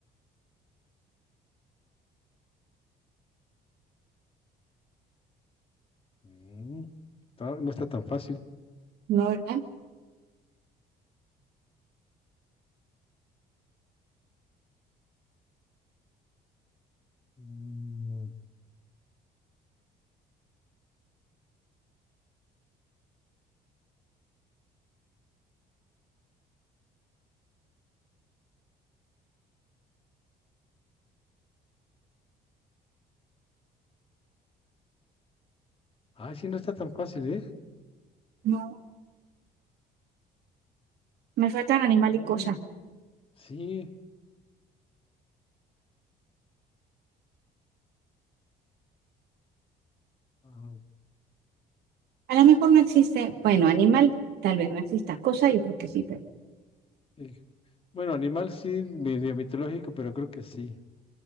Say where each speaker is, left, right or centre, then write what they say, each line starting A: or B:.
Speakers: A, on the left; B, on the right.
A: Mm, ta- no está tan fácil.
B: ¿no, verdad?
A: Mm, Ah, sí, no está tan fácil, ¿eh?
B: No, me faltan animal
A: Mm,
B: y cosa.
A: sí. Ah,
B: A lo mejor no existe, bueno, animal tal vez no exista, cosa yo creo que sí, pero...
A: ok. Bueno, animal sí, medio mitológico, pero creo que sí.